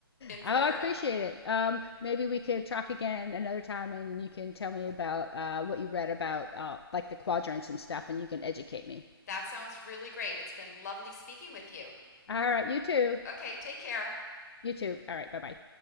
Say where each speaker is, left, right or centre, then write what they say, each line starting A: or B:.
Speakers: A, on the left; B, on the left.
A: in Florida.
B: I appreciate it. Um, maybe we could talk again another time, and you can tell me about uh, what you read about uh, like the quadrants and stuff, and you can educate me.
A: That sounds really great. It's been lovely speaking with you.
B: All right, you too.
A: Okay, take care.
B: You too. All right, bye bye.